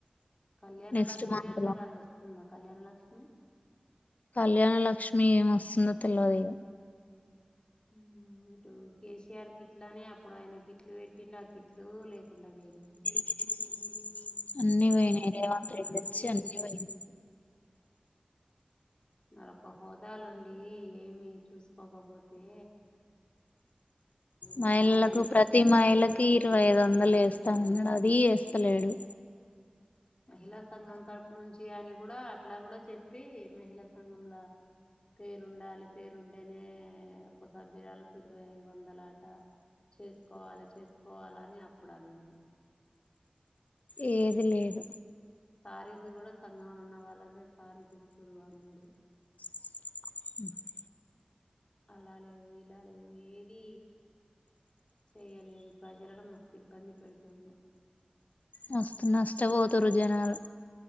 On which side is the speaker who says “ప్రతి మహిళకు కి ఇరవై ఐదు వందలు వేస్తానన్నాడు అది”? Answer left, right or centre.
Left